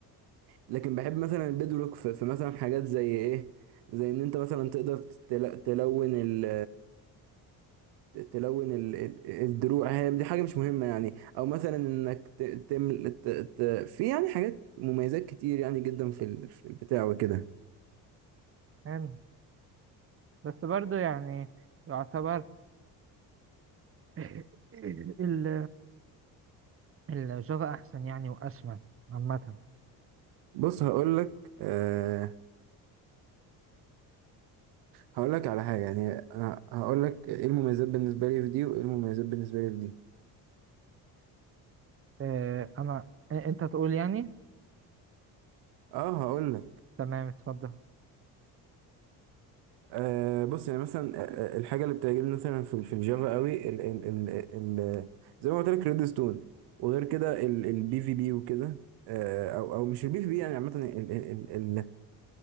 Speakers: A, on the right; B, on the right.
A: لكن بحب مثلا البيدروك في... في مثلا حاجات زي إيه زي إن أنت مثلا تقدر تل... تلون ال... تلون ال... ال- الدروع هي دي حاجة مش مهمة يعني أو مثلا إنك ت... تمل... ت... ت... في يعني حاجات مميزات كتير يعني جدا في, ال... في البتاع وكده
B: حلو بس برضو يعني يعتبر <laughs> ال- الجافا احسن يعني واسمى عامه
A: بص هقول لك آه، هقول لك على حاجة يعني هقول لك ايه المميزات بالنسبة لي في دي وايه المميزات بالنسبة لي في دي
B: آه، انا آه، انت تقول يعني
A: اه هقول لك
B: تمام اتفضل
A: آه بص يعني مثلا آه، آه، الحاجة اللي بتعجبني مثلا في في الجافا قوي ال ال ال ال زي ما قلت لك ريد ستون وغير كده البي في بي وكده آه، او او مش البي في بي يعني عامة ال- ال- ال- ال-